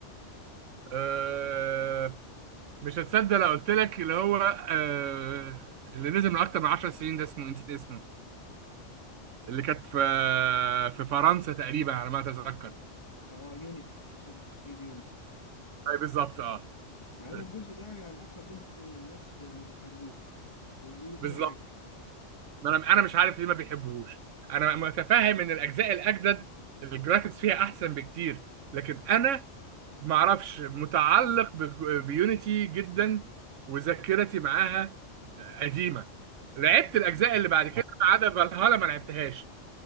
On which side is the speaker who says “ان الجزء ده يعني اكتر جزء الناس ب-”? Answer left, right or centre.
Left